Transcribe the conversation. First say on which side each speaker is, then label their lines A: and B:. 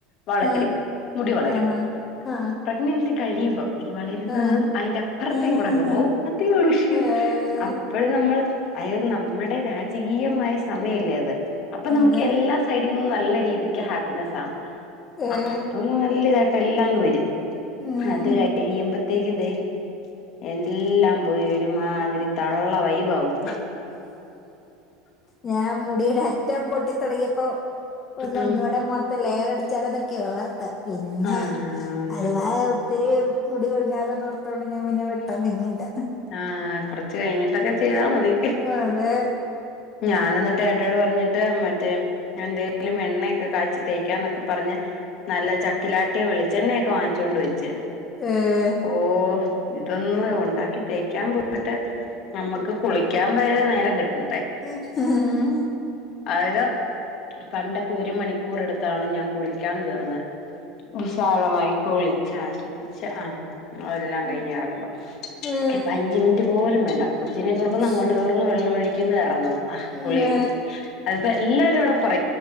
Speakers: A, on the left (about 55°); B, on the left (about 30°).
A: വളരും
B: ആഹ്
A: മുടി വളരും
B: ആഹ് ആഹ്
A: പ്രഗ്നൻസി കഴിയുമ്പം ഈ വളരുന്നതും
B: ആഹ്
A: അതിന്റെ അപ്പുറത്തേയും
B: ആഹ്
A: കൂടിയങ്ങു പോവും അധഷ
B: ഏഹ്
A: അപ്പം നമ്മൾ അതായത് നമ്മുടെ രാജകീയമായ സമയല്ലേ അത് അപ്പൊ
B: അതെ
A: നമുക്ക് എല്ലാ സൈഡിൽന്നും നല്ല ജീവിക്ക ഹാപ്പിനെസാണ്
B: ഏഹ്
A: അപ്പ നല്ല ഇതായിട്ട് എല്ലാമങ്ങുവരും
B: ഉം
A: അത് കഴിയുമ്പോത്തേക്ക ദേ എല്ലാം പോയി വരും മാതിരി തള്ള വൈബാവവും
B: ഞാൻ മുടിയുടെ അറ്റം പൊട്ടി തുടങ്ങിയപ്പൊ ഒന്ന്
A: ഉം
B: ഒന്നൂടെ മൊത്ത ഇ ലെയർ അടിച്ചാലോന്നൊക്കെ ഓർത്തു പിന്നെ
A: ആ
B: അതുവ ഒത്തിരി മുടി കഴിഞ്ഞാലോന്നോർത്തതു കൊണ്ട് ഞാൻ വെട്ടാൻ നിന്നില്ല
A: ആഹ കൊറച്ച കഴിഞ്ഞിട്ടൊക്കെ ചെയ്താ മതി
B: ഉം, അതെ
A: ഞാന എന്നിട്ട് ഏട്ടോട് പറഞ്ഞിട്ട് മറ്റേ എന്തെലും എണ്ണയൊക്കെ കാച്ചി തേക്കാ എന്നൊക്കെ പറഞ്ഞ നല്ല ചക്കിലാട്ടിയെ വെളിച്ചെണ്ണയക്കെ വാങ്ങിച്ചൊണ്ട് വെച്ച്
B: ഏഹ്
A: ഓ ഇതൊന്ന ഉണ്ടാക്കി ൻ പോയിട്ട് നമുക്ക് കുളിക്കാൻ വരെ നേരം കിട്ട
B: ഉം
A: അതാ യത് പണ്ടൊക്ക ഒരു മണിക്കൂറെടുത്താണ് ഞാൻ കുളിക്കാൻ കേയറുന്നത് വിശാലമായി കുളിച്ചാസ്വദിച്ച ആ ത എല്ലാം
B: ഉം.
A: കഴിഞ്ഞഞ് ഇറങ്ങുമ്പോ
B: ഏഹ്
A: ഇപ്പോ അഞ്ചു മിനിറ്റ് പോലും വേണ്ട കൊച്ചിനെ കൊടുക്കുന്നു അങ്ങോട്ട്
B: ശോ
A: കയറുന്ന് വെള്ളം ഒഴിക്കുന്നു ഇറങ്ങുന്നു ആ
B: ഏഹ്
A: കുളി കഴിഞ്ഞു അതിപ്പോ എല്ലാവരും ഇവിടെ പറ